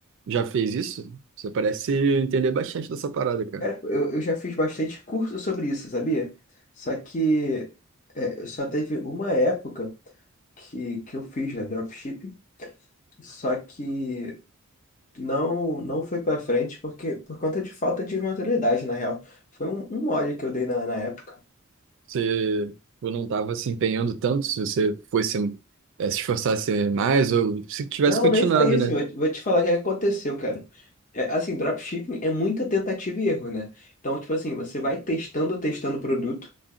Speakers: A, on the right; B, on the left.
A: já fez isso? Você parece entender bastante dessa parada, cara.
B: cara, eu, eu já fiz bastante curso sobre isso, sabia? Só que é, só teve uma época que, que eu fiz, né, dropshipping, só que. não não foi pra frente porque por conta de falta de maturidade, na real. Foi um, um mole que eu dei na, na época.
A: Você ou não estava se empenhando tanto, se você fosse eh, se esforçasse mais, ou se tivesse
B: Não,
A: continuado,
B: nem foi isso.
A: né?
B: Vou te, vou te falar o que aconteceu, cara. É, assim, dropshipping é muita tentativa e erro, né? Então, tipo assim, você vai testando, testando o produto